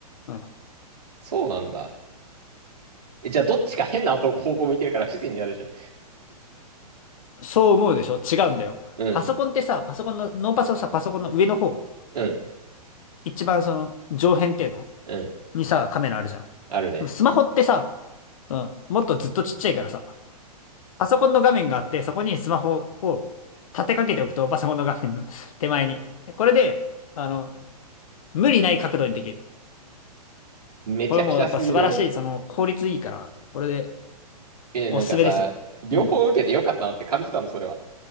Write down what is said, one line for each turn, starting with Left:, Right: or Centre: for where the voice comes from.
Left: うん
Right: そうなんだ。え、じゃあどっちか変な音方向向いてるから不自然になるじゃん。
Left: そう思うでしょ違うんだよ。
Right: うん、
Left: パソコンってさ、パソコンの、ノーパソさ、パソコンの上の方、
Right: うん、
Left: 一番その上辺っていうの
Right: うん。
Left: にさ、カメラあるじゃん。で
Right: あるね。
Left: もスマホってさ、うん、もっとずっとちっちゃいからさ、パソコンの画面があって、そこにスマホを立てかけておくと、パソコンの画面の <laughs> 手前に。これで、あの、無理ない角度にできる。
Right: めちゃくちゃすぎる。
Left: これもやっぱ素晴らしい、その効率いいから、これで
Right: え、
Left: おすすめですよ。
Right: なんかさ、両方受けてよかったなって感じたの、
Left: うん。
Right: それは。